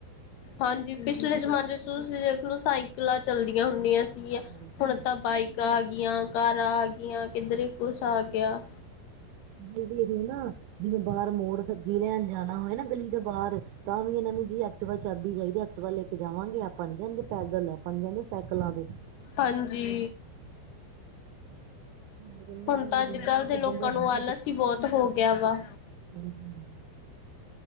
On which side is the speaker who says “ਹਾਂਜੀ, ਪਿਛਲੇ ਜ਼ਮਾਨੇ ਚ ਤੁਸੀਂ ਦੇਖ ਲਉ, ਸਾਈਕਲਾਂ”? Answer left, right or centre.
Left